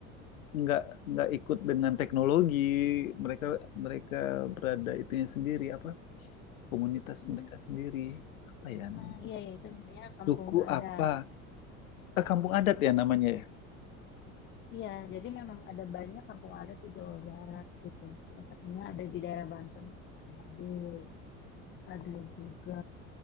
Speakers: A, on the left; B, on the left.
A: nggak nggak ikut dengan teknologi, mereka mereka berada itunya sendiri apa komunitas
B: Hmm.
A: mereka sendiri apa ya namanya?
B: Nah, iya, iya, itu namanya kampung
A: Suku
B: adat.
A: apa? Ah, kampung adat ya namanya. ya?
B: Iya, jadi memang ada banyak kampung adat di Jawa Barat gitu. Salah satunya ada di daerah Banten, Waduh. ada juga